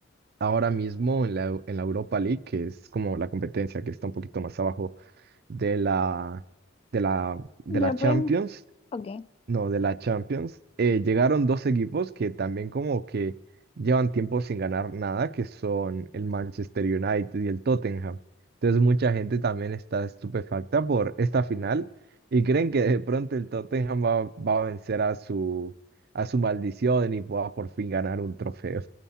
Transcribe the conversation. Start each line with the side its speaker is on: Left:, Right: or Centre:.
Right: ahora mismo en la, Eu- en la Europa League, que es como la competencia que está un poquito más abajo de la, de la, de
Left: De
Right: la
Left: lo
Right: Champions,
Left: prim- Ok.
Right: no, de la Champions, eh, llegaron dos equipos que también como que llevan tiempo sin ganar nada, que son el Manchester United y el Tottenham. Entonces mucha gente también está estupefacta por esta final y creen que de pronto el Tottenham va, va a vencer a su, a su maldición y pueda por fin ganar un trofeo.